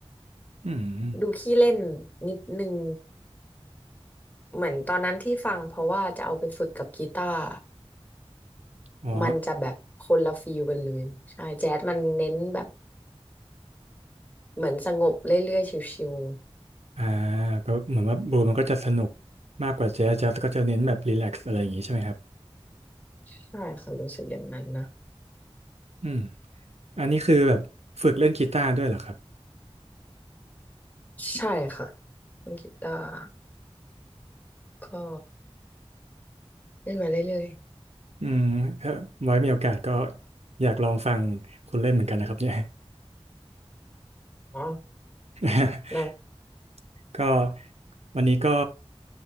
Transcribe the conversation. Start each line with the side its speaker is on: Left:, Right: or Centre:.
Right: <laughs> อืม
Left: ดูขี้เล่นนิดนึงเหมือนตอนนั้นที่ฟังเพราะว่าจะเอาไปฝึกกับกีตาร์
Right: อ๋อ
Left: มันจะแบบคนละฟีลกันเลยใช่แจ๊สมันเน้นแบบเหมือนสงบเรื่อยๆชิว
Right: อ่าก็เหมือนว่าบลูมันก็จะสนุกมากกว่าแจ๊สแจ๊สก็จะเน้นแบบรีแลกซ์อะไรอย่างงี้ใช่ไหมครับ
Left: ๆใช่ค่ะรู้สึกอย่างนั้นนะ
Right: อืมอันนี้คือแบบฝึกเล่นกีตาร์ด้วยเหรอครับ
Left: ใช่ค่ะเล่นกีตาร์ก็เล่นมาเรื่อย
Right: อืมถ้าไว้มีโอกาสก็อยากลองฟังคุณเล่นเหมือนกันนะครับเนี่ย
Left: ๆอ๋อ
Right: <laughs>
Left: ได้
Right: ก็วันนี้ก็